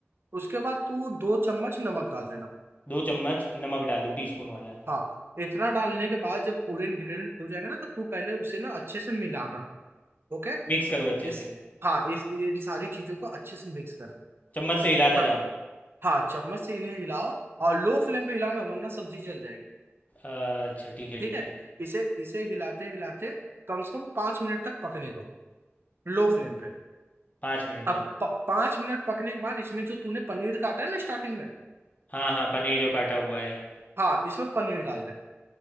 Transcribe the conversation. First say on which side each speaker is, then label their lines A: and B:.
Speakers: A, on the right (about 55°); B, on the left (about 35°).
A: उसके बाद तू दो चम्मच नमक डाल देना
B: दो चम्मच नमक डाल दूँ टीस्पून वाला
A: हाँ इतना डालने के बाद जब पूरे इंग्रेडिएंट हो जाएगा ना तो तू पहले उसे ना अच्छे से मिलाना ओके
B: मिक्स करूँ अच्छे
A: इस
B: से
A: हाँ इस इन सारी चीजों को अच्छे से मिक्स करें
B: चम्मच से हिलाता
A: हाँ
B: जाऊँ।
A: हाँ चम्मच से इन्हें हिलाओ और लो फ्लेम पे हिलाना वरना सब्जी जल जाएगी
B: अच्छा ठीक है
A: ठीक
B: ठीक
A: है
B: है
A: इसे इसे हिलाते हिलाते कम से कम पाँच मिनट तक पकने दो लो फ्लेम पे
B: पाँच मिनट
A: अब
B: तक
A: प, पाँच मिनट पकने के बाद इसमें जो तूने पनीर काटा है ना स्टार्टिंग में
B: हाँ हाँ पनीर जो काटा हुआ है
A: हाँ इसमें पनीर डाल दे